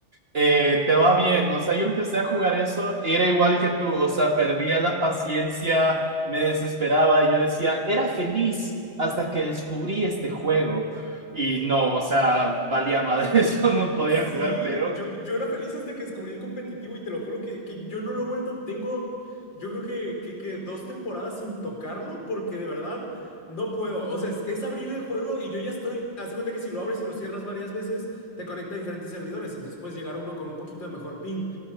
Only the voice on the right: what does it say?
eh, te va bien. O sea, yo empecé a jugar eso, era igual que tú, o sea, perdía la paciencia, me desesperaba, yo decía, era feliz hasta que descubrí este juego. Y no, o sea, valía madre, <laughs> yo no podía
jugar, pero...